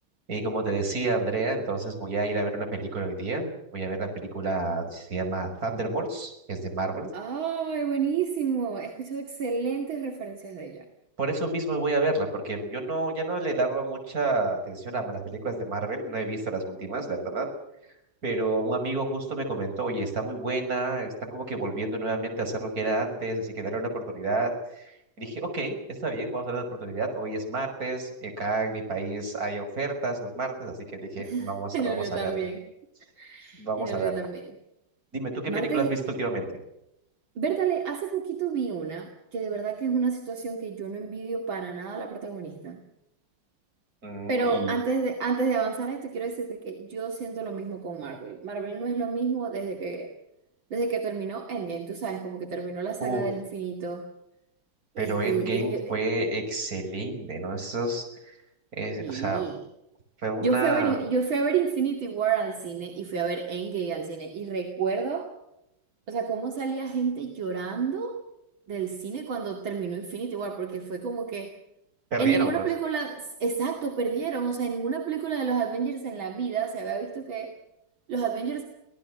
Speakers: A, on the right; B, on the right.
A: Y como te decía, Andrea, entonces voy a ir a ver una película hoy día. Voy a ver la película, se llama Thunderbolts, que es de Marvel.
B: ¡Ay, buenísimo! He escuchado excelentes referencias de ella.
A: Por eso mismo voy a verla, porque yo no, ya no le daba mucha atención a las películas de Marvel. No he visto las últimas, la verdad. Pero un amigo justo me comentó, oye, está muy buena, están como que volviendo nuevamente a hacer lo que era antes, así que dale una oportunidad. Y dije, ok, está bien, vamos a darle la oportunidad. Hoy es martes, y acá en mi país hay ofertas los martes, así que dije, vamos
B: <laughs> En
A: a, vamos
B: el mío
A: a
B: también.
A: verla, vamos
B: En el
A: a verla.
B: mío también.
A: Dime, ¿tú qué
B: Martes
A: película has
B: y...
A: visto últimamente?
B: Bertale, hace poquito vi una que de verdad que es una situación que yo no envidio para nada a la protagonista.
A: Mm,
B: Pero
A: Y,
B: antes de, antes de avanzar a esto, quiero decirte que yo siento lo mismo con Marvel. Marvel no es lo mismo desde que, desde que terminó Endgame. Tú sabes, como que terminó la saga
A: uff,
B: del infinito.
A: pero
B: Este,
A: Endgame
B: y yo-
A: fue excelente, ¿no? Esos, es-
B: y-
A: o sea, fue una...
B: Yo fui a ver, yo fui a ver Infinity War al cine y fui a ver Endgame al cine y recuerdo, o sea, cómo salía gente llorando del cine cuando terminó Infinity War, porque fue como que
A: Perdieron,
B: en ninguna
A: pues.
B: película, exacto, perdieron, o sea, en ninguna película de los Avengers en la vida se había visto que los Avengers